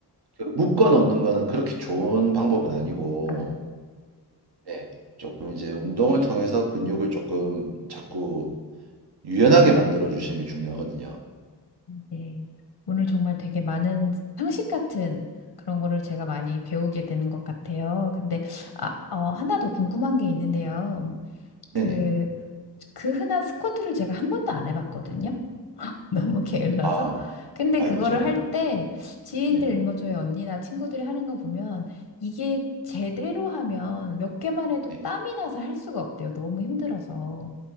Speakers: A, on the right; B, on the left.
A: 그 묶어 놓는 거는 그렇게 좋은 방법은 아니고,
B: 아, 아,
A: 네. 조금 이제 운동을 통해서 근육을 조금 자꾸 유연하게 만들어 주시는 게 중요하거든요.
B: 네. 오늘 정말 되게 많은 상식 같은 그런 거를 제가 많이 배우게 되는 것 같아요. 근데, 아, 어, 하나 더 궁금한 게 있는데요.
A: 네네.
B: 그, 그 흔한 스쿼트를 제가 한 번도 안 해봤거든요. <laughs> 너무 게을러서.
A: 아,
B: 근데
A: 아이고,
B: 그거를
A: 잘한다.
B: 할 때 지인들,
A: 네.
B: 뭐 저희 언니나 친구들이 하는 거 보면 이게 제대로 하면 몇 개만 해도
A: 네.
B: 땀이 나서 할 수가 없대요. 너무 힘들어서.